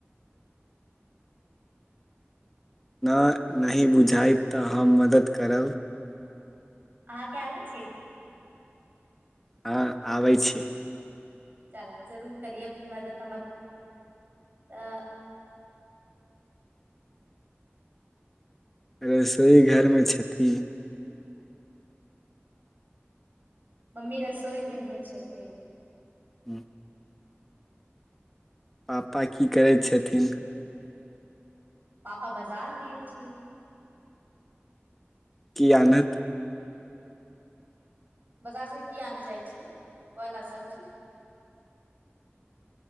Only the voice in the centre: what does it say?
न, नहि बुझाइत तऽ हम मदद करब
हँ, आबै छै
रसोइ घरमे छथि
हूँ पापा की करै छथिन
कि आनत?